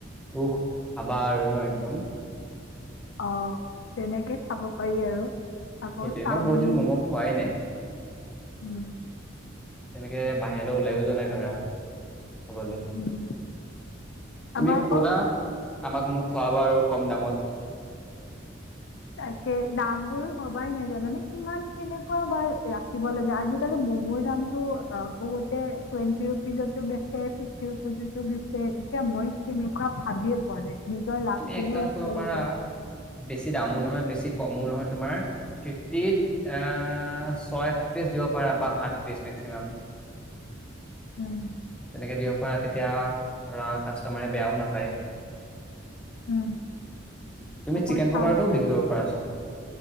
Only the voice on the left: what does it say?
অঁ তেনেকৈ খাব পাৰি আৰু আকৌ
চাওমিন
উম
উম।
আমাৰ আকৌ
তাকে দাম বোৰ ভবাই নাই, জানানে? কিমান কেনেকুৱা বাৰ ৰাখিব লাগে আজিকালি মমোৰ দামতটো বহুতে টুৱেণ্টি ৰুপিজতো বেচ ফিফটি ৰুপিজতো বেচ এতিয়া মই কেনেকুৱা ভাবিয়ে পোৱা নাই । নিজৰ লাভখিনিও
ৰাখিব
লাগিব
উম
উ
অকল
চাহ,